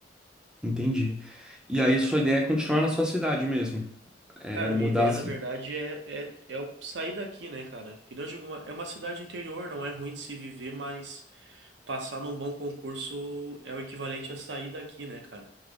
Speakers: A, in the centre; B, on the right.
A: Entendi. E aí sua ideia é continuar na sua cidade mesmo. É
B: Cara,
A: mudar.
B: minha ideia,
A: a ci-
B: na verdade, é, é, é eu sair daqui, né, cara? Que não digo, uma- é uma cidade interior, não é ruim de se viver, mas passar num bom concurso é o equivalente a sair daqui, né, cara?